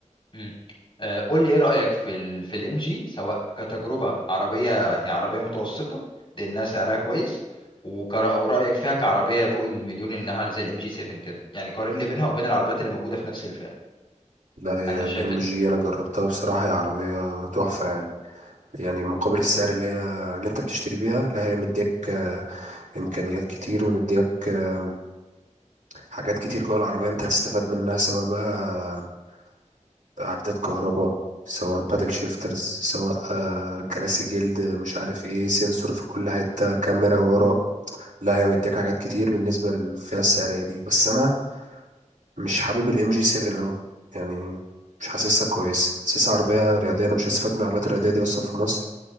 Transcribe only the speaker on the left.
مم. آه، قول لي ايه رايك في ال في الام جي سواء كتجربه عربيه يعني عربيه متوسطه لانها سعرها كويس وكر- ورايك فيها كعربيه فوق المليون انها زي الام جي 7 كده يعني قارن لي بينها وبين العربيات اللي موجوده في نفس الفئه
انا شايف
ان